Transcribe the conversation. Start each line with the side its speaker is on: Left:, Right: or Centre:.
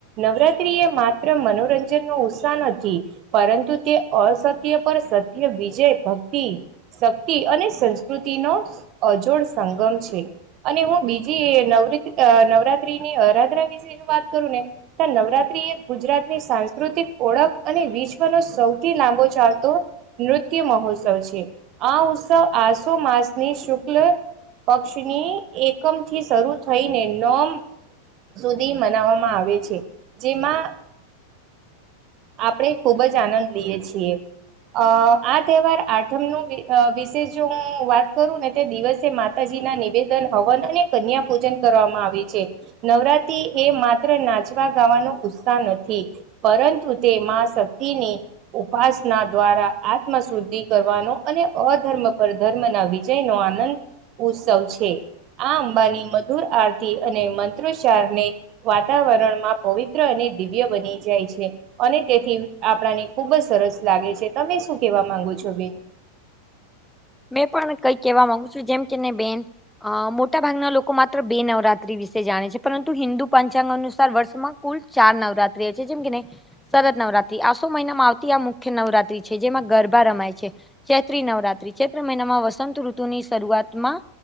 Right: નવરાત્રી એ માત્ર મનોરંજન નો ઉત્સાહ નથી પરંતુ તે અસત્ય પર સત્ય વિજય ભક્તિ શક્તિ અને સંસ્કૃતિ નો અજોડ સંગમ છે અને હું બીજી નવ નવરાત્રી ની અરાધા વિશે જો વાત કરું ને ત નવરાત્રી એક ગુજરાતની સાંસ્કૃતિક ઓળખ અને વિશ્વનો સૌથી લાંબો ચાલતો નૃત્ય મહોત્સવ છે આ ઉત્સવ આસો માસની શુક્લ પક્ષની એકમ થી શરૂ થઈને નોમ સુધી મનાવવામાં આવે છે જેમાં આપણે ખુબ જ આનંદ લઈએ છીએ અ આ તહેવાર આઠમ ન વિશે જો હું વાત કરું ને તે દિવસે મા માતાજી ના નિવેદન હવન અને કન્યા પૂજન કરવામાં આવે છે નવરાત્રી એ માત્ર નાચવા ગાવાનો ઉત્સાહ નથી પરંતુ તેમાં શક્તિની ઉપાસના દ્વારા આત્મ શુદ્ધિ કરવાનો અને અધર્મ પર ધર્મ ના વિ ય નો આનંદ ઉત્સવ છે આ અંબાની મધુર આરતી અને મંત્રોચ્ચારને વાતાવરણમાં પવિત્ર અને દિવ્ય બની જાય છે અને તેથી આપણાને ખુબ જ સરસ લાગે છે તમે શું કેવા માંગુ છો બિન
Centre: મેં પણ કઈ કેહેવા માંગુ છું જેમ કેને બેન. અ મોટા ભાગના લોકો માત્ર બે નવરાત્રી વિશે જાણે છે પરંતુ હિન્દુ પંચાંગ અનુસાર વર્ષમાં. કુલ ચાર નવરાત્રી છે જેમ કેને. શરદ નવરાત્રી આસો મહિનામાં આવતી આ મુખ્ય નવરાત્રી છે જેમાં ગરબા રમાય છે. ચૈત્રી નવરાત્રી ચૈત્રી મહિનામાં વસંતઋતુ ની શરૂઆત માં.